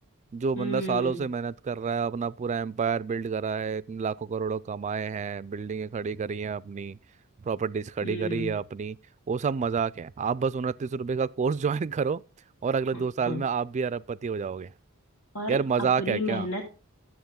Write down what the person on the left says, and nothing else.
हम्म
हम्म
हाँ,
हाँ।
और
अपनी
मेहनत